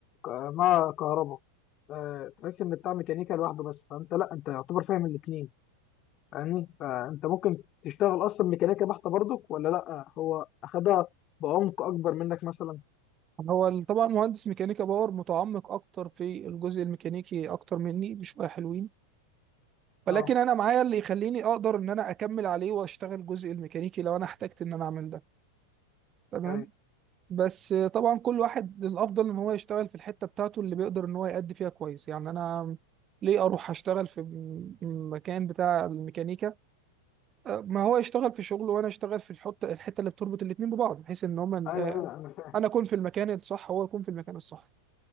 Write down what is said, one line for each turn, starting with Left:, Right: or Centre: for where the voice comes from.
Left: ك- مع كهرباء آه، تحس ان بتاع ميكانيكا لوحده بس فانت لا انت يعتبر فاهم الاثنين فاهمني فانت ممكن تشتغل اصلا ميكانيكا بحته برضك ولا لا هو اخدها بعمق اكبر منك مثلا
Right: هو ال- طبعا مهندس ميكانيكا باور متعمق أكتر في الجزء الميكانيكي أكتر مني بشوية حلوين ولكن
Left: اه
Right: أنا معايا اللي يخليني أقدر إن أنا أكمل عليه وأشتغل الجزء الميكانيكي لو أنا احتجت إن أنا أعمل ده تمام
Left: ايوه
Right: بس طبعا كل واحد الأفضل إن هو يشتغل في الحتة بتاعته اللي بيقدر إن هو يأدي فيها كويس يعني أنا ليه اروح اشتغل في م- مكان بتاع الميكانيكا آه، ما هو يشتغل في شغله وانا اشتغل في الحته الحته اللي بتربط الاثنين ببعض بحيث ان هما
Left: ايوه
Right: آه،
Left: ايوه انا فاهم
Right: انا اكون في المكان الصح هو يكون في المكان الصح